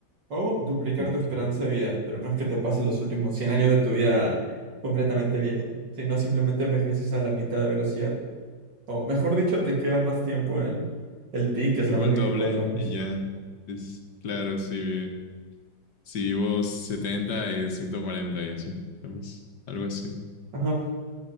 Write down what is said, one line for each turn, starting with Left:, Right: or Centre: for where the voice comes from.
Right: o duplicar
Left: Ok.
Right: tu esperanza de vida? Pero no es que te pase los últimos 100 años de tu vida completamente viejo, sino simplemente envejeces a la mitad de velocidad. O mejor dicho, te quedas más tiempo en el ti, que serán
Left: Digo
Right: los
Left: el
Right: veinticuatro
Left: doble
Right: años.
Left: y ya. Es, claro, si, si vivo 70 es 140 y así, ¿sabes? Algo así.
Right: Ajá.